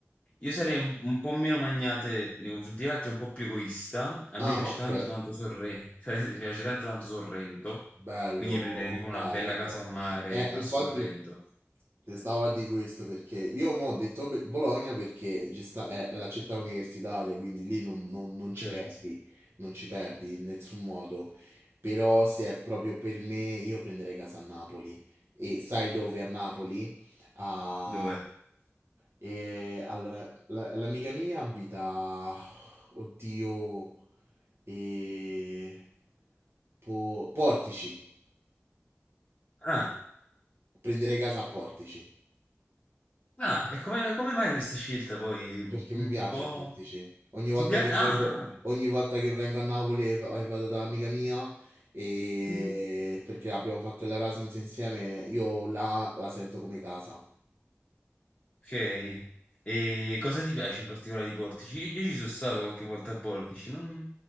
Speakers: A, on the left; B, on the right.
A: Io sarei un, un po' meno magnate nei confronti degli altri, un po' più egoista. A
B: Ah,
A: me piace
B: ok.
A: tanto tanto Sorrento, <laughs> mi piace tanto tanto Sorrento,
B: Bello,
A: quindi prendere tipo una
B: bello.
A: bella casa a mare
B: Eh,
A: a
B: infatti...
A: Sorrento.
B: Te stavo a di questo perché io mo ho detto Be- Bologna perché ci sta- è la città universitaria, quindi lì non, non- non ci
A: Certo.
B: perdi, non ci perdi in nessun modo. Però se è proprio per me, io prenderei casa a Napoli. E sai dove a Napoli? A...
A: Dove?
B: E, allora, la- l'amica mia abita... Oddio... E... Po- Portici.
A: Ah,
B: Prenderei casa a Portici.
A: ah, e come, come mai questa scelta poi?
B: Perché
A: Un
B: mi piace
A: po'...
B: Portici. Ogni volta
A: Ti piace?
B: che
A: Ah,
B: vengo,
A: ah,
B: ogni volta che vengo a Napoli e va- e vado da amica mia, e
A: sì.
B: perché abbiamo fatto l'Erasmus insieme, io là la sento come casa.
A: Ok. E cosa ti piace in particolare di Portici? Io, io ci sono stato qualche volta a Portici, non,